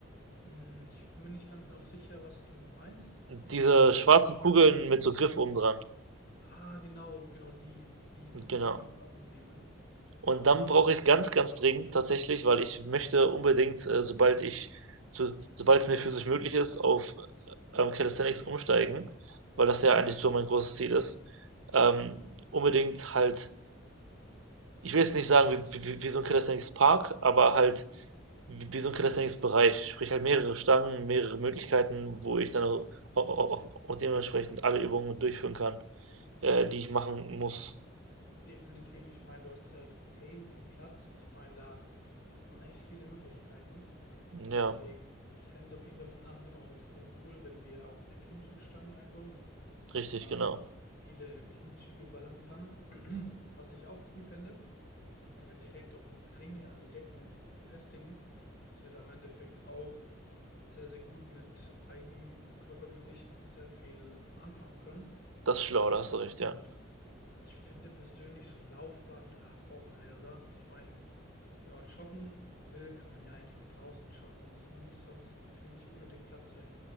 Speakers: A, on the left; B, on the right.
A: Hm, Ich bin mir nicht ganz genau sicher, was du meinst. Sind
B: Diese
A: es diese
B: schwarzen Kugeln
A: Langstangen?
B: mit so Griff oben dran.
A: Ah, genau, genau die. Die die kann
B: Genau.
A: man auf jeden Fall auch mitnehmen.
B: Und dann
A: Definitiv.
B: brauche ich ganz, ganz dringend tatsächlich, weil ich möchte unbedingt, äh, sobald ich, so, sobald es mir physisch möglich ist, auf ähm, Calisthenics umsteigen, weil das
A: Mhm.
B: ja eigentlich so mein großes Ziel ist. Ähm, unbedingt halt, ich will jetzt nicht sagen, wie, wie, wie so ein Calisthenics Park, aber halt wie, wie so ein Calisthenics Bereich. Sprich halt mehrere Stangen, mehrere Möglichkeiten, wo ich dann auch, auch, auch dementsprechend alle Übungen durchführen kann, äh, die ich machen muss.
A: Definitiv. Ich meine, du hast ja extrem viel Platz. Ich meine, da hat man echt viele Möglichkeiten.
B: Ja,
A: Deswegen, ich fände es auf jeden Fall für den Anfang auch extrem cool, wenn wir auch eine Klimmzugstange einbauen, dass
B: richtig,
A: man da
B: genau.
A: einfach viele Klimmzüge ballern kann. Was ich auch cool fände, wenn wir direkt auch Ringe an die Decken befestigen, dass wir da im Endeffekt auch sehr, sehr gut mit Eigenkörpergewicht sehr viel anfangen können.
B: Das ist schlau, da hast du recht,
A: Und
B: ja.
A: ich finde persönlich so Laufband, ach, braucht man nicht, oder? Ich meine, wenn man joggen will, kann man ja einfach draußen joggen und es nimmt sonst, finde ich, unnötig Platz weg.